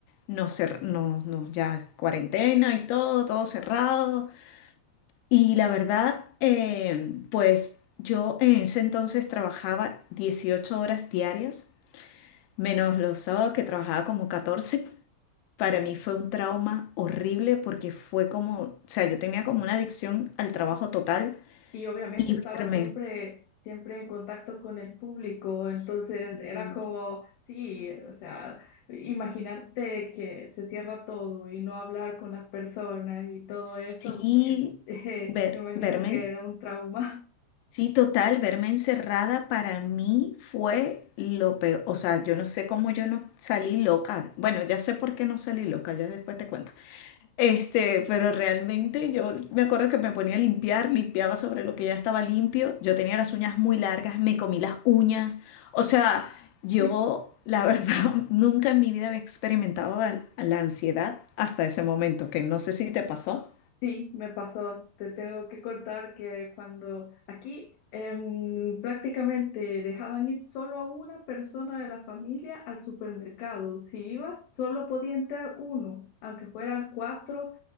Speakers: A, on the left (about 80°); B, on the left (about 70°).
A: nos, cer- nos, nos- ya cuarentena y todo, todo cerrado. Y la verdad, eh, pues yo en ese entonces trabajaba 18 horas diarias, menos los sábados que trabajaba como catorce para mí fue un trauma horrible porque fue como, o sea, yo tenía como una adicción al trabajo total
B: y obviamente
A: y
B: estaba
A: verme,
B: siempre, siempre en contacto con el público,
A: sí,
B: entonces era como, sí, o sea, imaginarte que se cierra todo y no hablar con las personas y todo
A: sí,
B: eso, eh,
A: ver,
B: <laughs> me imagino
A: verme,
B: que era un trauma.
A: sí, total, verme encerrada para mí fue lo peor. O sea, yo no sé cómo yo no salí loca. Bueno, ya sé por qué no salí loca, ya después te cuento. Este, pero realmente yo me acuerdo que me ponía a limpiar, limpiaba sobre lo que ya estaba limpio. Yo tenía las uñas muy largas, me comí las uñas. O sea, yo,
B: <laughs>
A: la verdad, <laughs> nunca en mi vida había experimentado la, la ansiedad hasta ese momento, que no sé si te pasó.
B: Sí, me pasó. Te tengo que cortar que cuando aquí em, prácticamente dejaban ir solo a una persona de la familia al supermercado. Si ibas, solo podía entrar uno, aunque fueran cuatro,